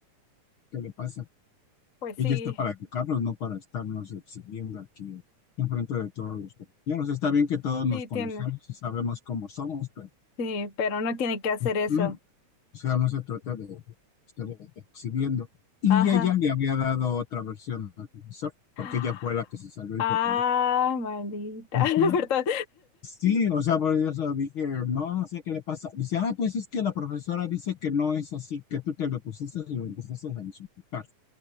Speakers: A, on the left; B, on the left.
A: ¿Qué le pasa?
B: Pues
A: Ella
B: sí,
A: está para educarlos, no para estarnos exhibiendo aquí enfrente de todos los compañeros. Está bien que todos nos
B: sí
A: conocemos
B: tiene.
A: y sabemos cómo somos, pero
B: Sí, pero no tiene que hacer
A: ujú,
B: eso.
A: o sea, no se trata de estar exhibiendo. Y
B: Ajá.
A: ella le había dado otra versión al profesor, porque
B: <gasps>
A: ella fue la que se salió y
B: Ah,
A: fue por él.
B: maldita,
A: Ujú.
B: <laughs> perdón.
A: Sí, o sea, por eso dije, no no sé qué le pasa. Dice, ah, pues es que la profesora dice que no es así, que tú te lo pusiste y lo empezaste a insultar.